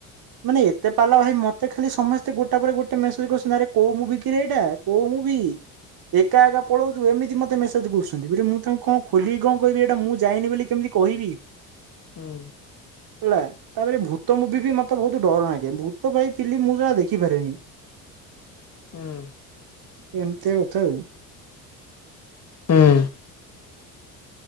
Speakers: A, on the right (about 60°); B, on the left (about 40°).
A: ମାନେ ଏତେ ପାଲା ଭାଇ ମତେ ଖାଲି ସମସ୍ତେ ଗୋଟା ପରେ ଗୋଟେ ମେସେଜ କରିଛନ୍ତି ଆରେ କୋଉ ମୁଭି କି ଏଇଟା କୋଉ ମୁଁ ବି। ଏକା ଏକା ପଳଉଛୁ ଏମିତି ମତେ ମେସେଜ କରୁଛନ୍ତି ବୋଲି ମୁଁ ତାଙ୍କୁ କଣ ଖୋଲିକି କଣ କହିବି ଏଇଟା ମୁଁ ଯାଇନି ବୋଲି କେମିତି କହିବି।
B: ହୁଁ।
A: ହେଲା ତାପରେ ଭୂତ ମୁଭି ବି ମତେ ବହୁତ ଡର ନାଗେ ଭୂତ ଭାଈ ଫିଲିମ ମୁଁ ଯାହା ଦେଖିପାରେିନି।
B: ହୁଁ
A: ଏମିତିଆ କଥା ଆଉ।
B: ହୁଁ